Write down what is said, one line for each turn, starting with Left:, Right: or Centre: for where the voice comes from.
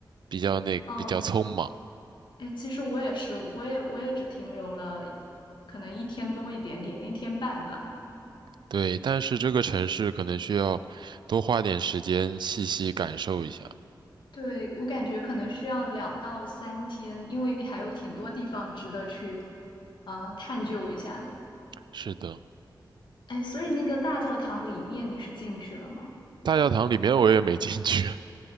Right: 比较那比较匆忙。
Left: 哦，哎，其实我也是，我也我也只停留了可能一天多一点点，一天半吧。
Right: 对，但是这个城市可能需要多花点时间细细感受一下。
Left: 对，我感觉可能需要两到三天，因为还有挺多地方值得去啊、呃探究一下的。
Right: 是的，
Left: 哎，所以那个大教堂里面你是进去了吗？
Right: 大教堂里面我也没进去。